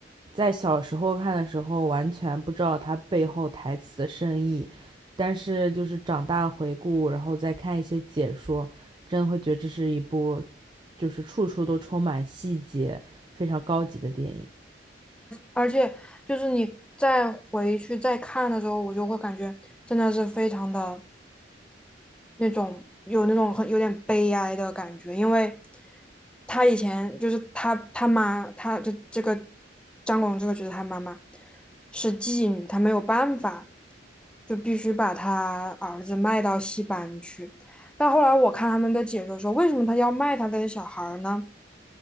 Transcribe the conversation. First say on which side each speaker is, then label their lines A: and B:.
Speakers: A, on the right (about 25°); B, in the centre.
A: 在小时候看的时候，完全不知道它背后台词的深意，但是就是长大回顾，然后再看一些解说，真的会觉得这是一部就是处处都充满细节、非常高级的电影。
B: 而且就是你再回去再看的时候，我就会感觉真的是非常的那种有那种很有点悲哀的感觉，因为他以前就是他他妈，他就这个张广这个角色他妈妈是妓女，他没有办法，就必须把他儿子卖到戏班去。但后来我看他们的解说说，为什么他要卖他的小孩儿呢？